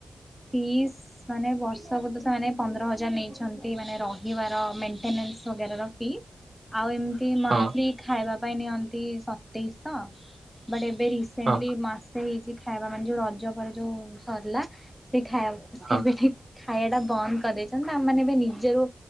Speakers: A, in the centre; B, on the right (about 50°).
A: ଫିସ୍ ମାନେ ବର୍ଷକୁ ତ ସେମାନେ ପନ୍ଦର ହଜାର ନେଇଛନ୍ତି ମାନେ ରହିବାର ମେଣ୍ଟେନାନ୍ସ ବଗେରା ର ଫି ଆଉ ଏମ ମନ୍ଥଲି
B: ହଁ
A: ଖାଇବା ପାଇଁ ନିଅନ୍ତି ସତେଇଶ ବଟ୍ ଏବେ ରିସେନ୍ଟିଲି
B: ହଁ
A: ମାସ ସେ ହେଇଛି ଖାଇବା ମାନେ ଯୋଉ ରଜ ପରେ ଯୋଉ ସରିଲା ସେ ଖା ସେ
B: ହଁ
A: ବି ଠିକ୍ ଖାୟା ଟା ବନ୍ଦ କରିଦେଇଛନ୍ତି ଆମେମାନେ ଏବେ ନିଜରୁ